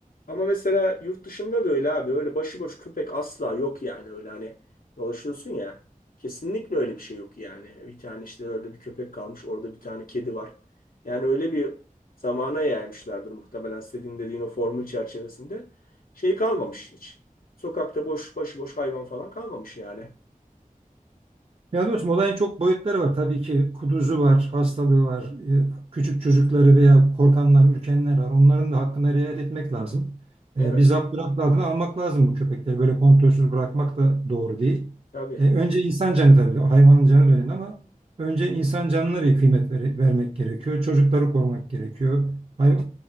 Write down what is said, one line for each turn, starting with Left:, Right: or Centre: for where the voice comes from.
Left: Ama mesela yurt dışında da öyle abi. Öyle başıboş köpek asla yok yani. Öyle hani dolaşıyorsun ya. Kesinlikle öyle bir şey yok yani. Bir tane işte orada bir köpek kalmış. Orada bir tane kedi var. Yani öyle bir zamana yaymışlardır muhtemelen senin dediğin o formül çerçevesinde. Şey kalmamış hiç. Sokakta boş başıboş hayvan falan kalmamış yani.
Right: Ya dostum olayın çok boyutları var. Tabii ki kuduzu var, hastalığı var, e, küçük çocukları veya korkanlar, ürkenler var. Onların da hakkına riayet etmek lazım.
Left: Evet.
Right: E, Bir zapt Hı. adına almak lazım bu köpekleri. Böyle kontrolsüz bırakmak da doğru değil.
Left: Tabii.
Right: E, Önce insan canı tabii, hayvanın canı da önemli ama önce insan canına bir kıymet ver- vermek gerekiyor. Çocukları korumak gerekiyor. Hay-